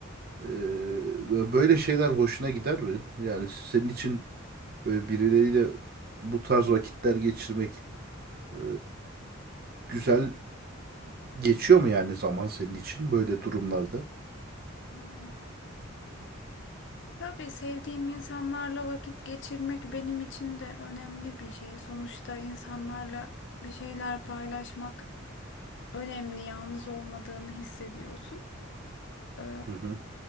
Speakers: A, on the right (about 50°); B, on the left (about 60°).
A: Ee, böyle şeyler hoşuna gider mi? Yani senin için böyle birileriyle bu tarz vakitler geçirmek e, güzel geçiyor mu yani zaman senin için böyle durumlarda?
B: Ee, Tabii sevdiğim insanlarla vakit geçirmek benim için de önemli bir şey. Sonuçta insanlarla bir şeyler paylaşmak önemli. Yalnız olmadığını hissediyorsun. Ee,
A: Hı hı.